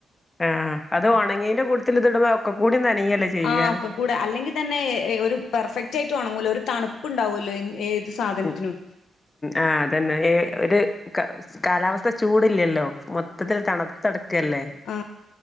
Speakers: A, on the left; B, on the left.
A: ആഹ അത് ഉണങ്ങീന്റെ കൂടുത്തിൽ ഇത്ടുമ്പോ ഒക്കെ കൂടി നനയല്ലേ ചെയ്യാ
B: ആ ഒക്ക കൂട അല്ലെങ്കിൽ തന്നെ ഒരു പെർഫെക് ക്ട് ആയിട്ട് ഉണങ്ങുല്ല ഒരു തണുപ്പുണ്ടാവുമല്ലോ സാധനത്തിനും
A: ഉ ആ അതന്നെ ഏ ഒരു കാലാവസ്ഥ ചൂടില്ലല്ലോ മൊത്തത്തില് തണുത്തടക്കല്ലേ
B: ആ